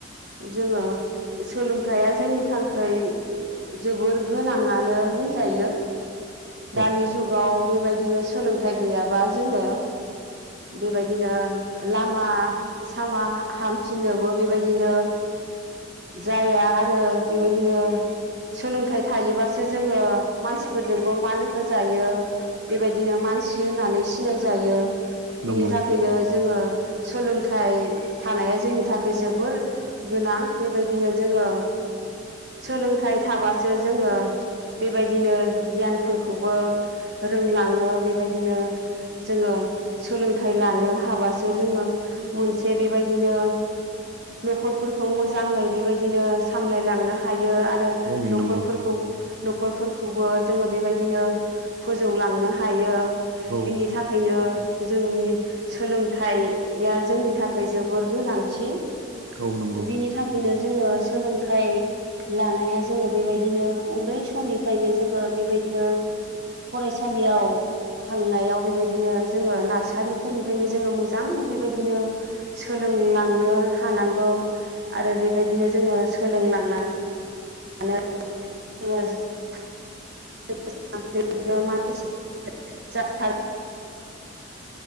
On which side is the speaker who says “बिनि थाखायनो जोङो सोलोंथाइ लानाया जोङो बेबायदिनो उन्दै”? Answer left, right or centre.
Right